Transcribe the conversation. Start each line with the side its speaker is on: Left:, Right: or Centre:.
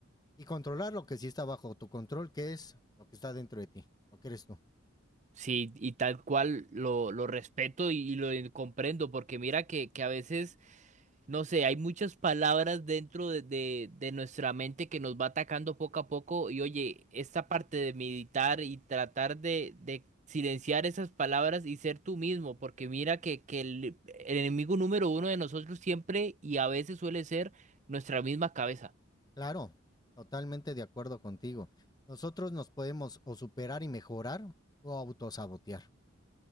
Left: y controlar lo que sí está bajo tu control, que es lo que está dentro de ti, lo que eres tú.
Right: Sí, y tal cual lo, lo respeto y, y lo comprendo, porque mira que, que a veces No sé, hay muchas palabras dentro de, de- de nuestra mente que nos va atacando poco a poco y oye, esta parte de meditar y tratar de, de silenciar esas palabras y ser tú mismo, porque mira que, que el, el enemigo número uno de nosotros siempre y a veces suele ser nuestra misma cabeza.
Left: Claro, totalmente de acuerdo contigo. Nosotros nos podemos o superar y mejorar o autosabotear.